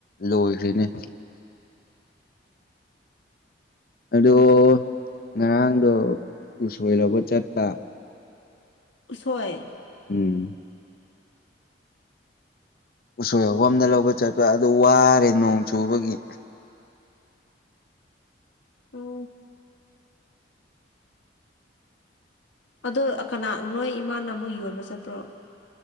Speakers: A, on the left; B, on the left.
A: ꯂꯣꯏꯈ꯭ꯔꯤꯅꯦ ꯑꯗꯣ ꯉꯔꯥꯡꯗꯣ ꯎꯁꯣꯏ ꯂꯧꯕ ꯆꯠꯄ
B: ꯎꯁꯣꯏ
A: ꯎꯝ ꯎꯁꯣꯏ ꯑꯄ ꯑꯃꯗ ꯂꯧꯕ ꯆꯠꯄ ꯑꯗꯨ ꯋꯥꯔꯦ ꯅꯣꯡ ꯆꯨꯕꯒꯤ
B: ꯎꯝ ꯑꯗꯣ ꯀꯅꯥ ꯅꯣꯏ ꯏꯃꯥꯅ ꯑꯃꯨꯛ ꯌꯣꯟꯕ ꯆꯠꯄ꯭ꯔꯣ